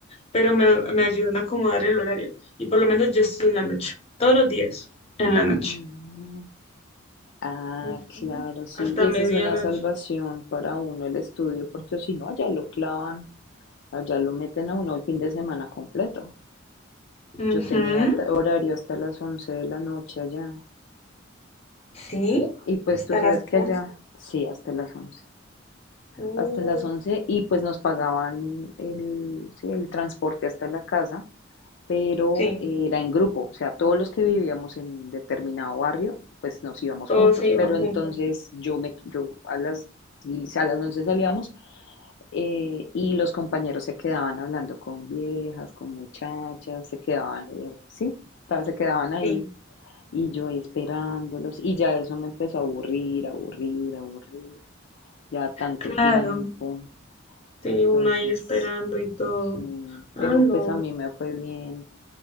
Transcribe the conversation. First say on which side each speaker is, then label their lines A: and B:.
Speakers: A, on the left (about 30°); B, on the left (about 60°).
A: pero me, me ayudan a acomodar el horario. Y por lo menos yo estoy en la noche, todos los días, en la noche.
B: Mm. Ah,
A: Ujú.
B: claro, sí.
A: Hasta
B: Y
A: medianoche.
B: esa es una salvación para uno el estudio, porque si no, allá lo clavan, allá lo meten a uno el fin de semana completo.
A: Ujú,
B: Yo tenía ta- horario hasta las 11 de la noche allá.
A: Sí,
B: Y pues
A: hasta
B: tú sabes
A: las
B: que
A: once
B: allá, sí, hasta las once
A: Uh,
B: Hasta las 11 y pues nos pagaban el, sí, el transporte hasta la casa, pero
A: sí,
B: era en grupo. O sea, todos los que vivíamos en determinado barrio, pues nos íbamos
A: todos
B: juntos.
A: se iban
B: Pero
A: juntos.
B: entonces yo me, yo a las, diez a las 11 salíamos eh, y los compañeros se quedaban hablando con viejas, con muchachas, se quedaban, eh, sí, esta- se quedaban ahí
A: Sí,
B: Y yo ahí esperándolos, y ya eso me empezó a aburrir, aburrir, aburrir, ya tanto
A: claro.
B: tiempo.
A: Sí,
B: Entonces,
A: uno ahí esperando y todo.
B: sí,
A: Ah,
B: pero
A: no.
B: pues a mí me fue bien,